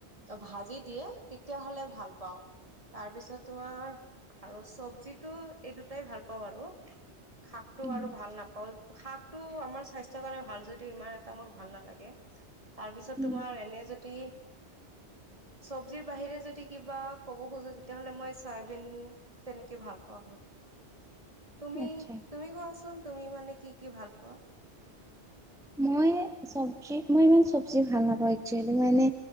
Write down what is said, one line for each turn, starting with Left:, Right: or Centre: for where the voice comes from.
Right: ভাজি দিয়ে তেতিয়া হলে ভাল পাওঁ তাৰ পিছত তোমাৰ আৰু চব্জিটো। এই দুটাই ভাল পাওঁ আৰু, শাকটো
Centre: উম
Right: আৰু ভাল নাপাওঁ। শাকটো আমাৰ স্বাস্থ্য ইচ কাৰণে ভাল যদিও ইমান এটা মোৰ ভাল নালাগে। তাৰ পিছত
Centre: উম
Right: তোমাৰ এনে যদি, চব্জিৰ বাহিৰে যদি কিবা ক'ব খুজো। তেতিয়াহলে মই চয়াবিন তেনেকে ভাল পাওঁ আৰু তুমি
Centre: আচ্ছা
Right: তুমি কোৱাচোন তুমি মানে কি কি ভাল পোৱা
Centre: মই চবজি মই ইমান চব্জি ভাল নাপাওঁ একচুৱেলি মানে